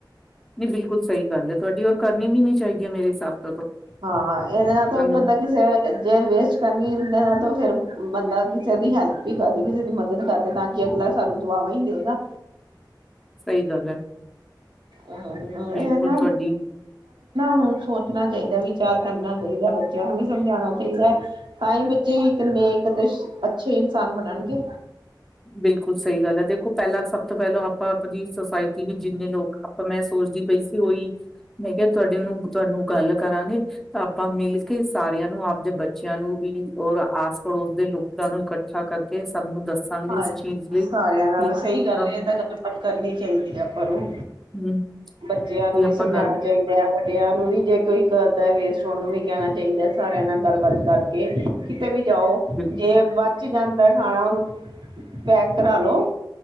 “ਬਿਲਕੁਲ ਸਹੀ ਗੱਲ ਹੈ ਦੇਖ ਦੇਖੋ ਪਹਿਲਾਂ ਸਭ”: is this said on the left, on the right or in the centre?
Centre